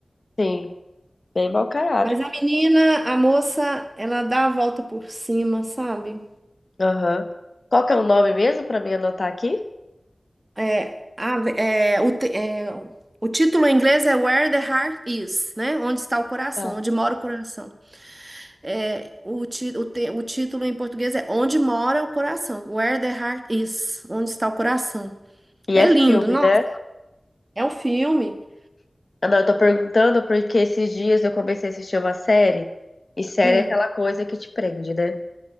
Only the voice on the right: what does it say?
Mas a menina, a moça, ela dá a volta por cima, sabe?
É, a- é, o, te- é, o título em inglês é Where the Heart Is, né? Onde está o coração,
onde mora o coração. É, o, ti, o, te- o título em português é Onde mora o coração. Where the Heart Is, onde está o coração.
É
lindo,
nossa.
É um filme.
Hum,